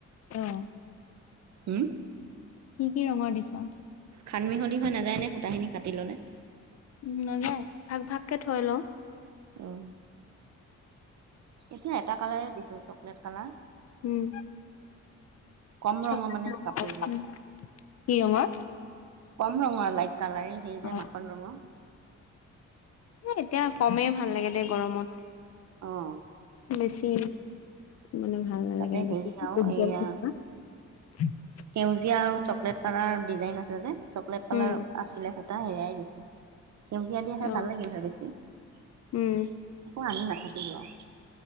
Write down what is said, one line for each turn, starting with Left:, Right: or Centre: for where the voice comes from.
Left: অঁ
Right: উম
Left: কি কি ৰঙৰ দিছা
Right: খান মিহলি হৈ নাযায় নে সূতাখিনি কাটি ললে
Left: উ নাযায় ভাগ ভাগকে থৈ লওঁ
Right: আহ এতিয়া এটা কালাৰে দিছোঁ চকলেট কালাৰ
Left: উম
Right: কম
Left: চকলেট
Right: ৰঙৰ মানে
Left: ৰঙৰ,
Right: কাপোৰযোৰ
Left: কি ৰঙৰ
Right: কম ৰংঙৰ লাইক কালাৰীং হেৰি
Left: অ,
Right: যে মাখন ৰঙৰ
Left: এতিয়া কমেই ভাল লাগে দে গৰমত
Right: আহ
Left: বেছি মানে ভাল নালাগে
Right: তাতে
Left: দে
Right: হেৰি আৰু
Left: উজ্জ্বল
Right: এইয়া
Left: পা <unintelligible>
Right: সেউজীয়া আৰু চকলেট কালাৰ ডিজাইন আছে যে চকলেট কালাৰ
Left: উম
Right: আছিলে সু টা হেৰাইগৈছে সেউজীয়া দিয়া হয়
Left: অ
Right: ভাল লাগিল হয় বেছি একো
Left: উম
Right: আনি নাথো থাকিলো